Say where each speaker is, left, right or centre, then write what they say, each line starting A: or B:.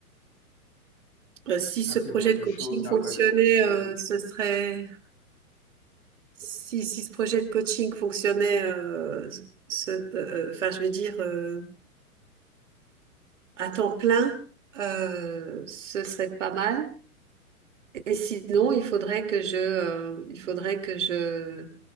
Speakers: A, on the right; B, on the left.
A: euh, si
B: Y
A: ce
B: a-t-il
A: projet
B: d'autres
A: de coaching
B: choses
A: fonctionnait,
B: après le coaching?
A: euh, ce serait Si, si ce projet de coaching fonctionnait, euh, ce- euh, enfin, je veux dire, euh, à temps plein, euh, ce serait pas mal. Et sinon, il faudrait que je, euh, il faudrait que je